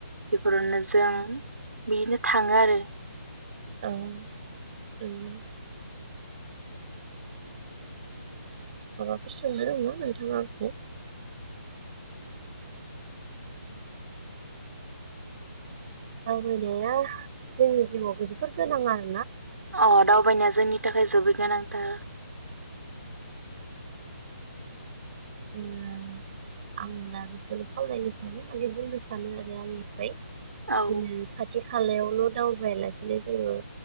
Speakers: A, on the right; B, on the right.
A: बेफोरावनो जों बिदिनो थाङो आरो।
B: औ <inaudible> उम। माबाफोर सोंनो दंना नोंथाङा आंखौ? दावबायनाया जोंनि जिउआवबो जोबोर गोनां आर
A: अ दावबायनाया जोंनि थाखाय जोबोद गोनांथार।
B: उम आं दा बेखौनो खावलायनो सानो माने बुंनो सानो आरो आंनिफ्राय।
A: औ
B: बिदिनो खाथि खालायावल' दावबायालासिनो जोङो